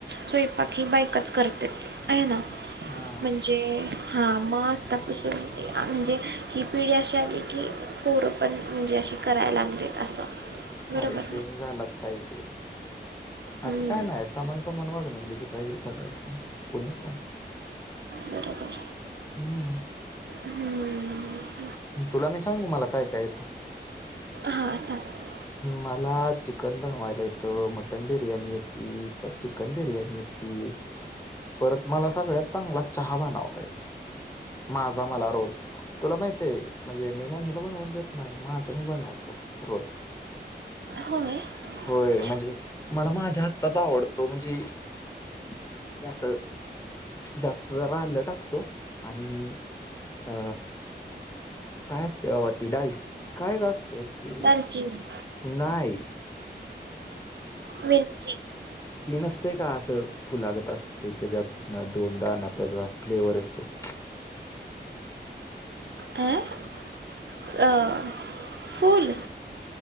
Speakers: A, on the right; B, on the left.
A: स्वयंपाक ही बाईकच करते आहे ना
B: हम्म
A: म्हणजे हा मग आता पुस्तक म्हणजे ही पिढी अशी आली की पोरंपण म्हणजे अशी करायला लागलेत असं बरोबर
B: अरे चेंज
A: ना
B: झालाच पाहिजे
A: हम्म,
B: असं काय नाही सज माणवाग न दिली पाहिजे सगळ्यांनी कोणी पण
A: बरोबर
B: हम्
A: हम्म
B: तुला मी सांगू मला काय काय येतं
A: हां सांग
B: मला चिकन बनवायला येतं मटन बिर्याणी येत प चिकन बिर्याणी येत ती परत मला सगळ्यात चांगला चहा बनवता येतो माझा मला रोज तुला माहित आहेय म्हणजे मी मम्मीला बनवून देत नाही माझ मी बनवतो रज
A: होय
B: होय
A: छान
B: म्हणजे मला माझ्या हातचा आवडतो म्हणजे त्यात जास्त रालं टाकतो आणि अ काय असत बाबा ती डाल काय का अस ते
A: दालचिनी
B: नाहीई
A: मिरची
B: तीन असतेय का असं फुलागत असत त्याच्यात दोनदा ना त्याचा फ्लेवर येतो <unintelligible>
A: ह फुल